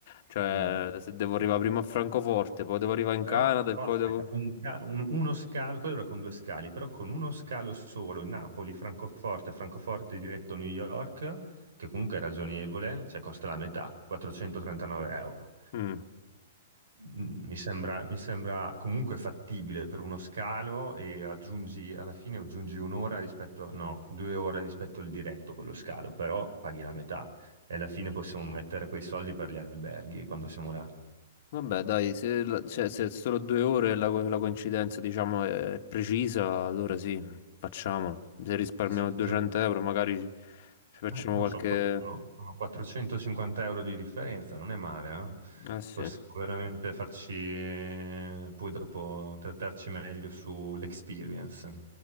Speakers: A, on the left (about 55°); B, on the right (about 85°).
A: Cioè,
B: Mm.
A: se devo arrivare prima a Francoforte, poi devo arrivare in
B: Però,
A: Canada
B: però
A: e poi
B: aspetta,
A: devo...
B: un ca- un- uno scalo, quello era con due scali, però con uno scalo solo, Napoli-Francoforte, Francoforte diretto New York, che comunque è ragionevole, cioè costa la metà, 439 euro.
A: Mm.
B: Mm, Mi sembra, mi sembra comunque fattibile per uno scalo e aggiungi, alla fine aggiungi un'ora rispetto, no, due ore rispetto al diretto con lo scalo, però paghi la metà e alla fine possiamo mettere quei soldi per gli alberghi quando siamo là.
A: Vabbè, dai, se, la- cioè, se è solo due ore la, la coincidenza, diciamo, è precisa, allora sì, facciamolo. Se risparmiamo
B: Sì,
A: 200
B: mi sembra-
A: euro, magari ci,
B: Eh,
A: ci facciamo
B: no,
A: qualche...
B: sono, qua- sono- sono 450 euro di differenza, non è male, eh?
A: Eh sì.
B: Possiamo veramente farci, eh, poi dopo trattarci meglio sull'experience.